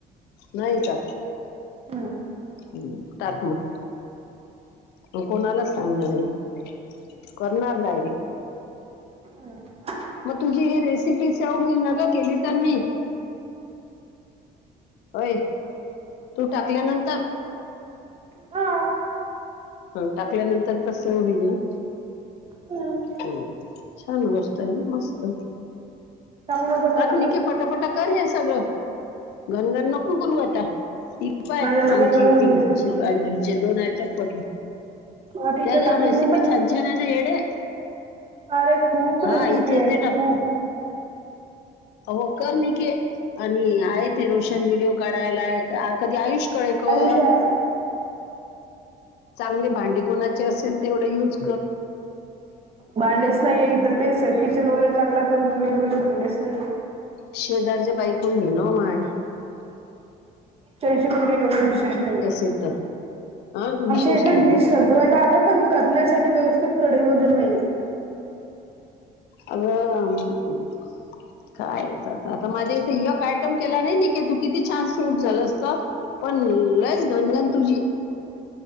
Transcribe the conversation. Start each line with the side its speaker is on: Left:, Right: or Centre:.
Left: नाही का?
Right: हम्म.
Left: हम्म टाक मग. मग कोणालाच सांगणार नाही करणार डायरेक्ट.
Right: हम्म.
Left: मग तुझी ही रेसिपी सेव होईल ना गं केली तर मी? होय तू टाकल्यानंतर?
Right: हां.
Left: हं टाकल्यानंतर चा सेव होईल ना?
Right: हम्म,
Left: हम्म छान गोष्ट हाय ना मस्त.
Right: सांगू नका
Left: टाकले
Right: कोणाला.
Left: की पटापटा कर हे सगळं. घनघन नको करू आता ती <unintelligible>
Right: माझ्या नवीन
Left: अजंलीचे
Right: नवीन रेसिपी
Left: दोन आयटम पडले.
Right: आता
Left: त्यावर
Right: इथे टाकून
Left: रेसिपी छान छान आहे ना येडे.
Right: आरे खूप
Left: हा
Right: रेसिपी
Left: इथंच
Right: आहेत
Left: दे
Right: खूप.
Left: हों कर नि केे आणि आहेत. ते रोशन व्हिडिओ काढयलाय आं कधी आयुष कळेकर.
Right: आयुष आहे.
Left: चांगली भांडी कोणाचे असेल तेवढं युज
Right: भांडेच <unintelligible> तर तेच आहे किचन वगैर चांगला, पण वेगवेगळे भांडेच नाहीये.
Left: शेजारचे बाई कडून घे ना माय.
Right: त्यांची पण घे एवढे विशेष नाहीयें.
Left: ते तर हा विशेष
Right: आमच्या इथे
Left: नाहीये
Right: डिश सजवायला आहे पण करण्यासाठी व्यवस्थित कढई वगैरे नाहीये.
Left: अंग काय येतात. आता माझ्या इथे य काय आयटम केला नाही निके की तू किती छान शूट झालं असत. पण लयच घनघन तुझी